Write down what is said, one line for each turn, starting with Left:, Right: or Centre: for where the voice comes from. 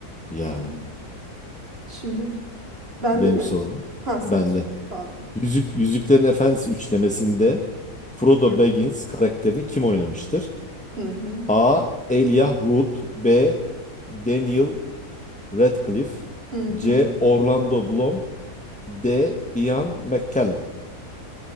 Centre: Ya
Right: Yani şimdi Bende
Centre: benim
Right: mi?
Centre: sorum
Right: Ha senin
Centre: bende.
Right: son. Pardon.
Centre: Yüzük, Yüzüklerin Efendisi üçlemesinde Frodo
Right: Hı
Centre: Baggins karakterini kim oynamıştır?
Right: hı hı
Centre: A. Elijah Wood B. Daniel Radcliffe
Right: hı. Hı
Centre: C. Orlando Bloom D. Ian McKellen